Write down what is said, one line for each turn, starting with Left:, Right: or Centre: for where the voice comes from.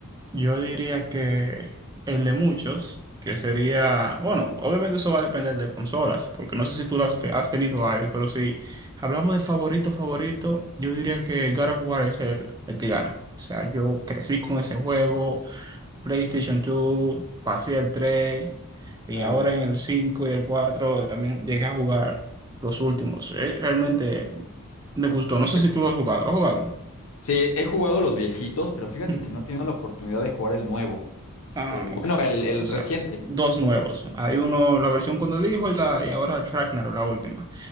Right: Yo diría que el de muchos, que sería, bueno, obviamente eso va a depender de consolas, porque no sé si tú las te- has tenido varias, pero si hablamos de favorito, favorito, yo diría que God of War es el, el que gana. O sea, yo crecí con ese juego, PlayStation 2, pasé el 3
Left: Claro.
Right: y ahora en el 5 y el 4 también llegué a jugar los últimos. Eh, Realmente me gustó, no
Left: Fíjate,
Right: sé si tú lo has jugado, ¿lo has jugado?
Left: sí, he jugado los viejitos, pero fíjate
Right: <laughs>
Left: que no he tenido la oportunidad de jugar el nuevo.
Right: Ah,
Left: El, bueno, el, el
Right: O sea,
Left: reciente.
Right: dos nuevos. Hay uno, la versión con el hijo y, la, y ahora el Ragnarok, la última.